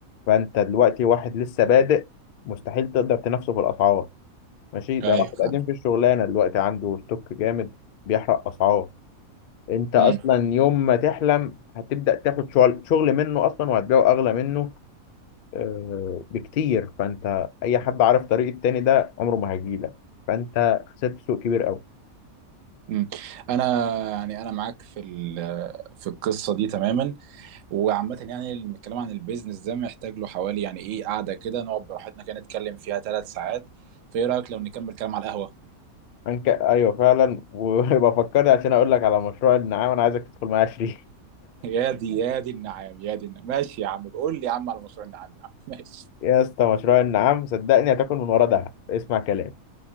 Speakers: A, on the left; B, on the right.
A: فانت دلوقتي واحد لسه بادئ مستحيل تقدر تنافسه في الاسعار ماشي ده
B: ايوه
A: واحد
B: فاهم
A: قديم في الشغلانه دلوقتي عنده ستوك جامد بيحرق اسعار انت اصلا
B: امم
A: يوم ما تحلم هتبدا تاخد شغل شغل منه اصلا وهتبيعه اغلى منه آه، بكتير فانت اي حد عارف طريق التاني ده عمره ما هيجيلك فانت خسرت سوق كبير قوي
B: امم انا يعني انا معاك في ال- في القصه دي تماما وعامه يعني الكلام عن البيزنس ده محتاج له حوالي يعني ايه قعده كده نقعد براحتنا كده نتكلم فيها ثلاث ساعات فايه رايك لو نكمل كلام على القهوه
A: أنك... ايوه فعلا وبفكرني <laughs> عشان اقول لك على مشروع النعام انا عايزك تدخل معايا شريك
B: يا دي يا دي النعام يا دي النعام ماشي يا عم بقول لي يا عم على مشروع النعام يا عم ماشي
A: يا اسطى مشروع النعام صدقني هتاكل من ورا دهب اسمع كلام